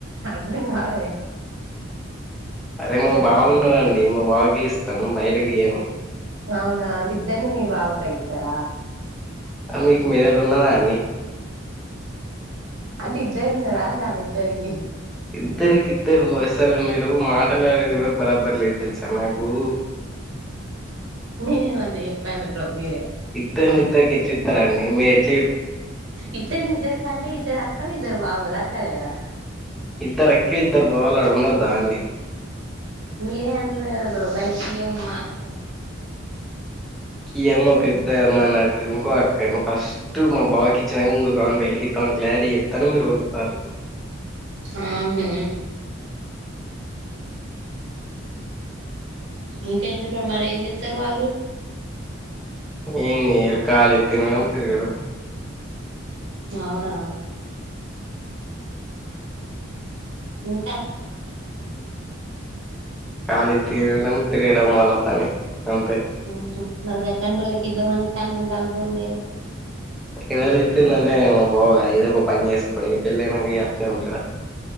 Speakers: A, on the right; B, in the centre.
A: అర్థం కాలే
B: అరే మా బావన్నాడుండి మా బావకి ఇస్తాం బయటకి ఇయ్యం
A: అవునా అంటే ఇద్దరిని మీ బావ కే ఇత్తర
B: మీకు మీ దగ్గర ఉన్నరా అండి
A: అంటే ఇద్దరు ఉన్నారా అంటని ఇద్దరికి
B: ఇద్దరికి ఇద్దరికి అసలు మీరు మాట్లాడేది కూడా బరాబర్ లేదు తెలుసా నాకు
A: నేనేమన్నా చెప్పండి బ్రో మీరే
B: ఇద్దరిని ఇద్దరికి ఎట్లా ఇస్తారండి మీరు ఎట్లా చెప్-
A: ఇద్దరునిద్దరి కంటే ఇద్దరు అక్కలు ఇద్దరు బావాలు అట్లా కదా
B: ఇద్దరు అక్కలు ఇద్దరు బావలు ఆడ ఉండద్దా అండి
A: మీరే అన్నారు కదా బ్రో బయటకి ఇయ్యాము మా అక్క
B: యమ్మ పెద్ద మన ఇంకో అక్కను కావచ్చు ఫస్ట్ మా బావకిచ్చిన ఇంకోకామను బయటికి ఇత్తమని క్లారిటీగా చెప్తాన్నా మీరు ఓర్తాన్లు
A: ఆహా ఇంకేం మరి ఏం చెస్తారు వాళ్ళు
B: ఏం చేయరు ఖాళీ తినడం తిరగడం
A: అవునా ఇంకా
B: ఖాళీ తినడం తిరగడం వాళ్ల పని అంతే
A: ఉహు మరి అట్లాంటి వాళ్ళకి ఇద్దామని ఎట్ల అనుకుంటారు బ్రో మీరు
B: ఎవళైయితేందంటే మా బావ కదా ఏదో ఒక పని చేసుకోడ పెళ్లయినంక అట్నే ఉంటాడా